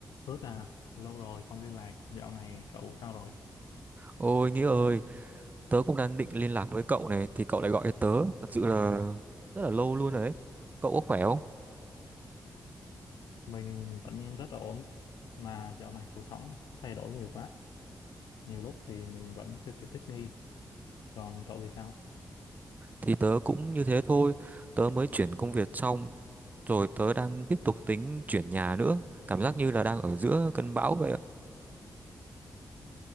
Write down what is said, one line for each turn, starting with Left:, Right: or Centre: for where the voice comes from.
Left: Rất à, lâu rồi không liên lạc, dạo này cậu sao rồi?
Right: Ôi Nghĩa ơi, tớ cũng đang định liên lạc với cậu này thì cậu lại gọi cho tớ, thật sự là rất là lâu luôn rồi đấy. Cậu có khỏe không?
Left: Mình vẫn rất là ổn, mà dạo này cuộc sống thay đổi nhiều quá, nhiều lúc thì mình vẫn chưa kịp thích nghi. Còn cậu thì sao?
Right: Thì tớ cũng như thế thôi, tớ mới chuyển công việc xong, rồi tớ đang tiếp tục tính chuyển nhà nữa, cảm giác như là đang ở giữa cơn bão vậy ạ.